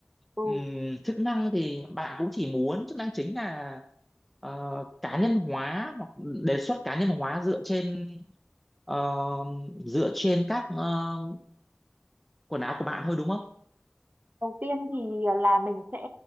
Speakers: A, on the right; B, in the centre.
A: ừ.
B: Ừm, chức năng thì bạn cũng chỉ muốn chức năng chính là ờ, cá nhân hóa hoặc đề xuất cá nhân hóa dựa trên ờ, dựa trên các ờ, quần áo của bạn thôi đúng không?
A: đầu tiên thì ờ, là mình sẽ